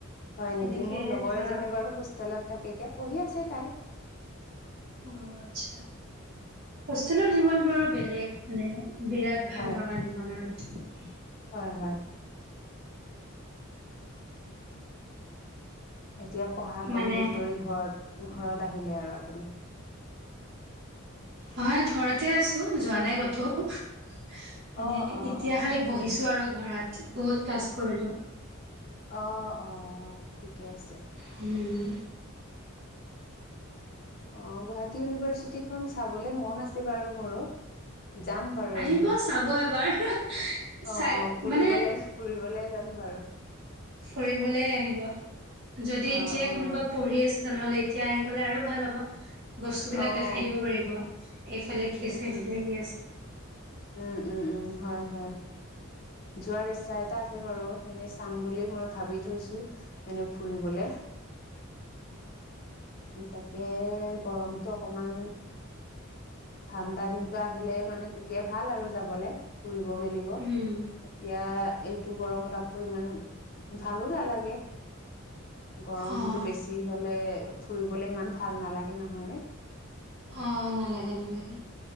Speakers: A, on the left (about 45°); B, on the right (about 45°).
A: হয়
B: সেনেকে
A: নেকি মোৰ লগৰ
B: যোৱা
A: এজনী বাৰু হোষ্টেলত থাকে এতিয়া পঢ়ি আছে তাই।
B: অ আচ্ছা হোষ্টেলৰ জীৱনটো আৰু বেলেগ মানে বিৰাট ভাল
A: হয়,
B: লগা জীৱন আৰু।
A: হয়, হয়, এতিয়া পঢ়া
B: মানে
A: কমপ্লিট কৰি ঘৰত ঘৰত আহিলে আৰু আপুনি।
B: মই ঘৰতে আছো যোৱা নাই ক'তো। মানে
A: অ', অ',
B: এতিয়া
A: অ'।
B: খালি বহিছো আৰু ঘৰত বহুত ক্লাছ কৰিলো।
A: অ', অ'। ঠিকে আছে
B: হম।
A: অ', গুৱাহাটী ইউনিভাৰ্চিটি খন চাবলে মন আছে বাৰু মোৰো। যাম বাৰু
B: আহিব
A: এদিন
B: চাব এবাৰ
A: অ',
B: চাই
A: ফুৰিবলে
B: মানে
A: ফুৰিবলে যাম বাৰু। অ
B: ফুৰিবলৈ আহিব যদি
A: অ',
B: এতিয়াই
A: অ',
B: কোনোবা পঢ়ি আছ। তেনেহলে এতিয়া আহি গলে আৰু ভাল হব বস্তু বিলাক
A: অ',
B: দেখাই দিব পাৰিব। এইফালে কি
A: উম,
B: আছে এইফালে কি আছে?
A: উম উম উম হয় হয় যোৱাৰ ইচ্ছা এটা আছে। ছে বাৰু এনেই চাম বুলি মই ভাবি থৈছো এনে ফুৰিবলে।
B: অ'।
A: তাকে গৰমটো অকমান। ঠাণ্ডা দিনটো আহিলে মানে তেতিয়া ভাল আৰু যাবলে। ফুৰিব মেলিব
B: উম।
A: এতিয়া এইটো গৰমত আকৌ ইমান ভাল ভালো নালাগে গৰমতটো
B: অ',
A: বেছি হ'লে। ফুৰিবলে ইমান ভাল নালাগে নহয় ন'।
B: অ', নালাগে নালাগে।